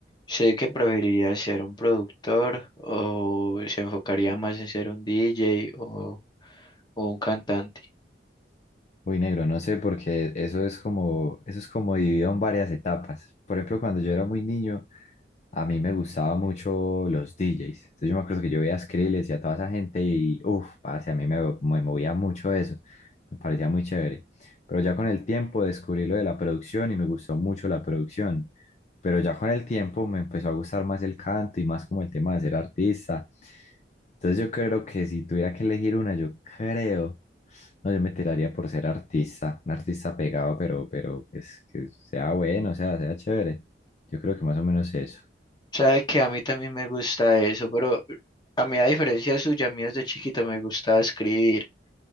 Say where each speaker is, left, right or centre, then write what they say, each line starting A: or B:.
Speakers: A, on the left; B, on the left.
A: ¿usted qué preferiría ser un productor o se enfocaría más en ser un DJ o, o un cantante?
B: Uy, negro, no sé, porque eso es como, eso es como dividido en varias etapas. Por ejemplo, cuando yo era muy niño, a mí me gustaba mucho los DJs. Entonces yo me acuerdo que yo veía a Skrillex y a toda esa gente y, uff, parce, a mí me, me movía mucho eso. Me parecía muy chévere. Pero ya con el tiempo descubrí lo de la producción y me gustó mucho la producción. Pero ya con el tiempo me empezó a gustar más el canto y más como el tema de ser artista. Entonces yo creo que si tuviera que elegir una, yo creo. No, yo me tiraría por ser artista, un artista pegado, pero, pero pues que sea bueno, o sea, sea chévere. Yo creo que más o menos eso.
A: Sabe que a mí también me gusta eso, pero a mí, a diferencia suya, a mí desde chiquito me gustaba escribir.